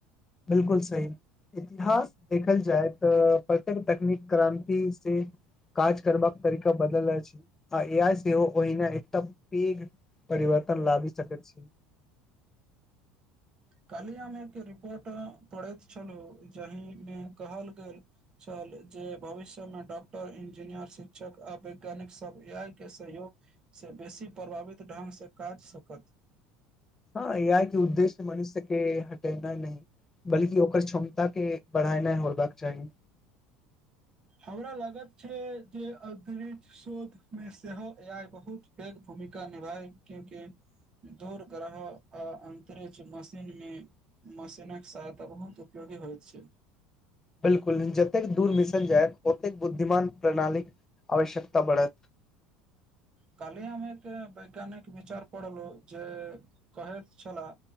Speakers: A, on the left; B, on the right.
A: बिल्कुल सही इतिहास देखल जाय तऽ प्रत्येक तकनीक क्रान्ति से काज करबाक तरीका बदल अछि आ ए आइ सेहो ओहिना एकटा पैघ परिवर्तन लाबि सकैत छै
B: काल्हि हम एक रिपोर्ट पढ़ैत छलहुँ जाहिमे कहल गेल छल जे भविष्यमे डॉक्टर इंजीनियर शिक्षक आ वैज्ञानिकसभ ए आइ के सहयोगसँ बेसी प्रभावित ढङ्गसँ काज कऽ सकत
A: हाँ ए आइ के उद्देश्य मनुष्यके हटेनाइ नहि बल्कि ओकर क्षमता के बढ़ेनाइ होबाक चाही
B: हमरा लागत छै जे अन्तरिक्ष शोधमे सेहो ए आइ बहुत पैघ भूमिका निभाय क्योंकि दूर ग्रह आ अन्तरिक्ष मशीनमे मशीनक सहायता बहुत उपयोगी होइत छै
A: बिल्कुल जतेक दूर मिसन जाएत ओतेक बुद्धिमान प्रणालीक आवश्यकता बढ़त
B: काल्हि हम एक वैज्ञानिक विचार पढ़लहूँ जे कहैत छलाह